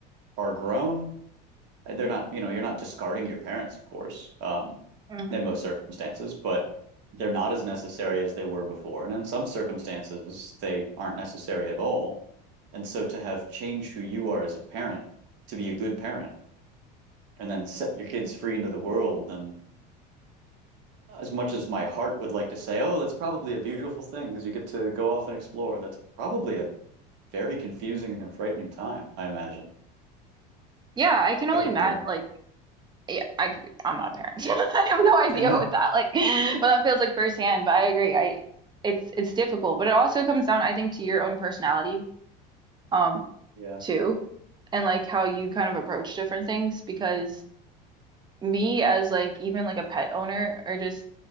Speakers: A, on the right; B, on the right.
A: are grown, uh, they're not, you know, you're not discarding your parents, of course, um,
B: hmm
A: in most circumstances, but they're not as necessary as they were before. And in some circumstances, they aren't necessary at all. And so to have changed who you are as a parent, to be a good parent, and then set your kids free into the world And as much as my heart would like to say oh that's probably a beautiful thing because you get to go off and explore that's probably a very confusing and frightening time i imagine
B: Yeah, I can only
A: i could
B: imagine.
A: be wrong
B: Like, yeah, I c- I'm not a parent. <laughs> I have no idea
A: <laughs>
B: what that like, <laughs> what that feels like firsthand. But I agree. I it's it's difficult, but it also comes down, I think, to your own personality, um,
A: yeah
B: too, and like how you kind of approach different things. Because me, as like even like a pet owner, or just